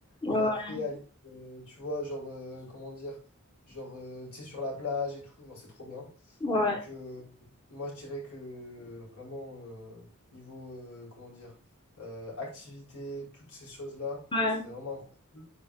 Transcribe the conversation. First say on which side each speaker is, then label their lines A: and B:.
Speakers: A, on the left (about 20°); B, on the left (about 80°).
A: ouais,
B: et après aller, euh, tu vois, genre, euh, comment dire, genre, euh, tu sais, sur la plage et tout, genre, c'est trop bien.
A: ouais,
B: Donc, euh, moi, je dirais que vraiment, euh, niveau, euh, comment dire, euh, activité, toutes ces choses-là,
A: ouais.
B: c'est vraiment incroyable.